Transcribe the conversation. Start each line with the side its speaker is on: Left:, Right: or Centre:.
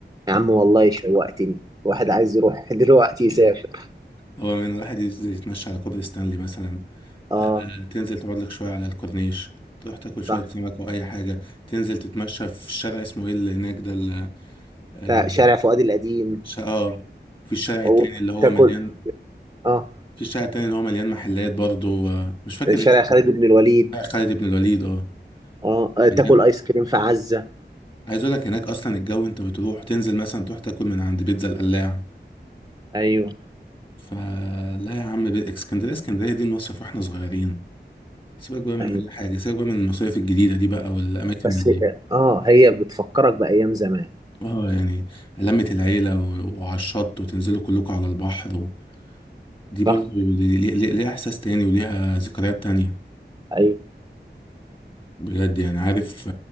Right: يا عم والله شوقتني واحد عايز يروح <laughs> دلوقتي يسافر
Left: هو من الواحد يز- يتمشى على كوبري ستانلي مثلا
Right: اه
Left: آه، تنزل تقعد لك شوية على الكورنيش تروح تاكل شوية
Right: صح
Left: سمك أو أي حاجة تنزل تتمشى في الشارع اسمه إيه اللي هناك ده ال- آه
Right: تا- شارع فؤاد القديم
Left: ش- آه في الشارع التاني
Right: أو
Left: اللي هو
Right: تاكل
Left: مليان
Right: اه
Left: في الشارع التاني اللي هو مليان محلات برضه آه، مش فاكر
Right: شارع
Left: اسمه
Right: خالد بن الوليد
Left: شارع خالد بن الوليد اه
Right: اه آه،
Left: مليان
Right: تاكل آيس كريم في عزة
Left: عايز أقول لك هناك أصلا الجو أنت بتروح تنزل مثلا تروح تاكل من عند بيتزا القلاع
Right: أيوه
Left: فلا يا عم ب- اسكندرية اسكندرية دي المصيف واحنا صغيرين سيبك بقى من
Right: أيوه
Left: أي حاجة سيبك بقى من المصايف الجديدة دي بقى والأماكن
Right: بس
Left: اللي
Right: اه هي بتفكرك بأيام زمان
Left: اه يعني لمة العيلة و- وعلى الشط وتنزلوا كلكم على البحر و... دي برضو
Right: صح
Left: دي- لي- لي- ليها احساس تاني وليها ذكريات تانية
Right: أيوه
Left: بجد يعني عارف